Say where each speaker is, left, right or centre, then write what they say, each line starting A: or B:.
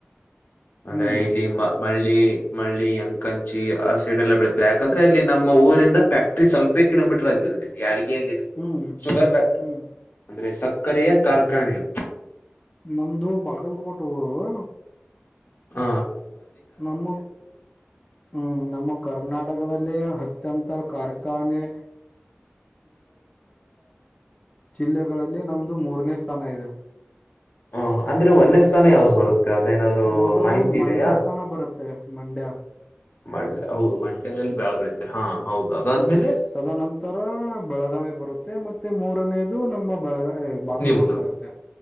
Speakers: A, on the left (about 55°); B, on the left (about 25°).
A: ಅಂದ್ರೆ
B: ಹ್ಮ್
A: ಇಲ್ಲಿ ಮ ಮಳ್ಳಿ. ಮಳ್ಳಿ ಅಂಕಂಚಿ ಆ ಸೈಡೆ ಎಲ್ಲ ಬೆಳೀತಾರೆ ಯಾಕಂದ್ರೆ ಅಲ್ಲಿ ನಮ್ಮ ಊರಿಂದ ಫ್ಯಾಕ್ಟ್ರಿ ಸ್ವಲ್ಪ ಇ ಕಿಲೋಮೀಟರ್ ಅಲ್ಲಿ ಯಡ್ಗೆ ಅಲ್ಲಿದೆ
B: ಹ್ಮ್
A: ಸುಗರ್ ಫ್ಯಾಕ್ಟ್ರ
B: ಹ್ಮ್
A: ಅಂದ್ರೆ ಕರೆಯ ಕಾರ್ಕಾಣಿಕ
B: ನಮ್ದು ಬಾಗಲಕೋಟೆ ಊರು
A: ಹ
B: ನಮ್ಮ ಹ್ಮ್ ನಮ್ಮ ಕರ್ನಾಟಕದಲ್ಲಿ ಅತ್ಯಂತ ಕಾರ್ ಕಾನೆ ಜಿಲ್ಲೆಗಳಲ್ಲಿ ನಮ್ದು ಮೂರನೇ ಸ್ಥಾನ ಇದೆ
A: ಹ ಹ ಅಂದ್ರೆ ಒನ್ಯ ಸ್ಥಾನ ಯಾವ್ದ ಬರುತ್ತೆ ಮ ಅದೇನಾದ್ರು
B: ಮೊದಲು
A: ಮಾಹಿತಿ
B: ಮಂಡ್ಯ
A: ಇದೆಯಾ
B: ಸ್ಥಾನ ಬರುತ್ತೆ ಮಂಡ್ಯ
A: ಮಂಡ್ಯ ಹೌದು ಮಂಡ್ಯದಲ್ಲಿ ಬ್ಯಾಳ್ ಬೆಳಿತಾರೆ ಹಾ ಹೌದ ಅದಾದ್ಮೇಲೆ
B: ಹ್ಮ್ ತದನಂತರ ಬೆಳಗಾವಿ ಬರುತ್ತೆ ಮತ್ತೆ ಮೂರನೇದು ನಮ್ಮ ಬೆಳಗ ಬಾಗಲಕೋಟೆ
A: ನಿಮ್ದು
B: ಬರುತ್ತೆ